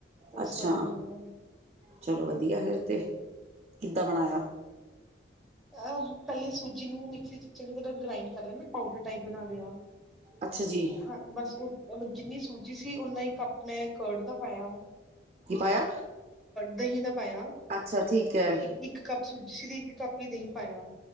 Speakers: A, in the centre; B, on the right.
A: ਉਸ
B: ਅੱਛਾ
A: ਤਰ੍ਹਾਂ ਦਾ ਬਣਿਆ
B: ਚਲੋ ਵਧੀਆ ਫਿਰ ਤੇ ਕਿਦਾਂ ਬਣਾਇਆ
A: ਆ ਟਲੀਂ ਸੂਜੀ ਨੂੰ ਮਿਕਸੀ ਚ ਚੰਗੀ ਤਰਾਂ ਗਰਿੰਡ ਕਰ ਲਿਆ ਬੈਟਰ ਟਾਈਪ ਬਣਾ ਲਿਆ
B: ਅੱਛਾ ਜੀ
A: ਹਾਂ ਬਸ ਜਿੰਨੀ ਸੂਜੀ ਸੀ ਉਨਾ ਈ ਕੱਪ ਮੈਂ ਕਰਡ ਦਾ ਪਾਇਆ
B: ਕੀ ਪਾਇਆ
A: ਦਹੀ ਦਾ ਪਾਇਆ
B: ਅੱਛਾ ਠੀਕ ਹੈ
A: ਇੱਕ <unintelligible> ਜੀ ਦਹੀ ਪਾਇਆ